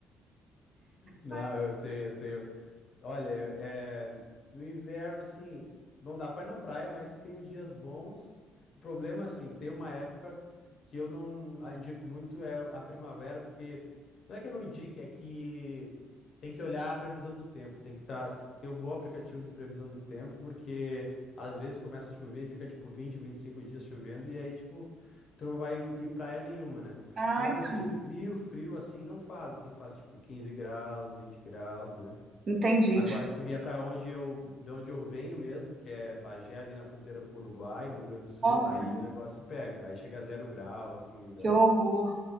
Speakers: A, on the left; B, on the right.
A: Não,
B: Pois.
A: eu sei, eu sei. Olha, é, no inverno, assim, não dá pra ir na praia, mas tem os dias bons. O problema, assim, que tem uma época que eu não a- indico muito é a primavera, porque não é que eu não indique, é que tem que olhar a previsão do tempo, tem que tá, ter um bom aplicativo de previsão do tempo, porque às vezes começa a chover e fica, tipo, vinte, vinte e cinco dias chovendo, e aí, tipo, tu não vai ir praia nenhuma, né?
B: Ah,
A: Mas,
B: então,
A: assim, frio, frio, assim, não faz, assim, faz, tipo, 15 graus, 20 graus, né?
B: entendi.
A: Agora, se tu vier para onde eu, de onde eu venho mesmo, que é Bagé, ali na fronteira com o Uruguai, no Rio Grande do Sul,
B: Nossa,
A: aí o negócio pega. Aí chega a zero grau, assim, no inverno.
B: que horror.